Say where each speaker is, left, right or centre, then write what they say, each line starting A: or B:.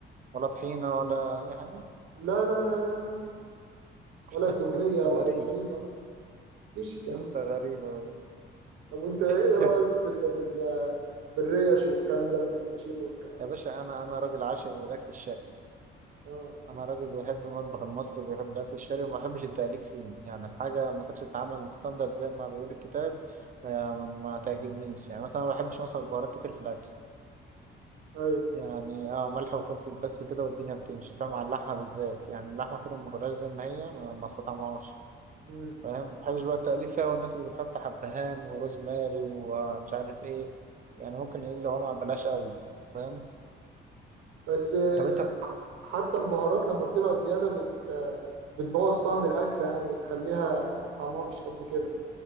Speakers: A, on the right; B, on the right.
A: ولا طحينة ولا أي حاجة
B: لا لا لا لا لا ولا
A: <laughs>
B: تومية
A: أنت
B: ولا
A: غريب
B: طحينة مفيش الكلام
A: أنت
B: ده.
A: غريب يا باشا
B: طب وانت ايه
A: <laughs>
B: رأيك في ال في ال في الريش والكلام ده لما بتتشوي والكلام
A: يا
B: ده
A: باشا أنا أنا راجل عاشق للأكل الشرقي
B: اه
A: أنا راجل بيحب المطبخ المصري وبيحب الأكل الشرقي وما بحبش التأليف فيه يعني الحاجة ما كانتش تتعمل ستاندرد زي ما بيقول الكتاب آه، ما تعجبنيش يعني مثلا ما بحبش مثلا بهارات كتير في الأكل
B: ايوه
A: يعني اه ملح وفلفل بس كده والدنيا بتمشي فاهم على اللحمة بالذات يعني اللحمة كده ما غلاش زي ما هي ما ما استطعمهاش
B: مم.
A: فاهم ما بحبش بقى التأليف فيها والناس اللي بتحط حبهان وروزماري ومش عارف ايه يعني ممكن ايه اللي هو ما بلاش قوي فاهم
B: بس آه،
A: طب انت
B: حتى البهارات لما بتبقى زيادة بت آه، بتبوظ طعم الأكلة يعني بتخليها طعمها مش قد كده